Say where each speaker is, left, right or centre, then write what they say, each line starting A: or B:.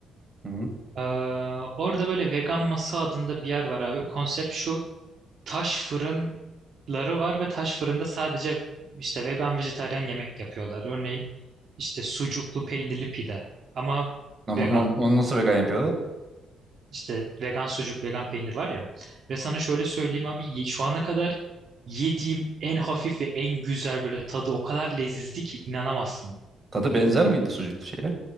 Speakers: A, on the right; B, on the right.
A: Hı hı.
B: E, orada böyle vegan masa adında bir yer var abi. Konsept şu taş fırınları var ve taş fırında sadece işte vegan vejetaryen yemek yapıyorlar. Örneğin işte sucuklu peynirli pide ama
A: Ama
B: vegan.
A: no- onu nasıl vegan yapıyorlar?
B: İşte vegan sucuk, vegan peynir var ya. Ve sana şöyle söyleyeyim abi ye- şu ana kadar yediğim en hafif ve en güzel böyle tadı o kadar lezizdi ki inanamazsın.
A: Tadı benzer miydi sucuklu şeye?